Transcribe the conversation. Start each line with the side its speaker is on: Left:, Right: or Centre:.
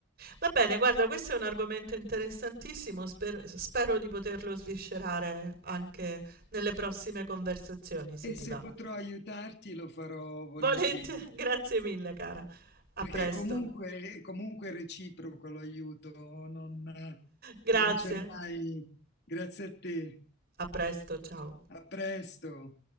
Right: Va bene, guarda, questo è un argomento interessantissimo, sper- spero di poterlo sviscerare anche nelle prossime conversazioni, se
Left: E
Right: ti
Left: se
Right: va.
Left: potrò aiutarti lo farò volentieri,
Right: Volentieri, <laughs> grazie mille, cara. A
Left: perché
Right: presto.
Left: comunque, comunque è reciproco l'aiuto, non,
Right: Grazie.
Left: non c'è mai. Grazie a te,
Right: A presto, ciao.
Left: a presto.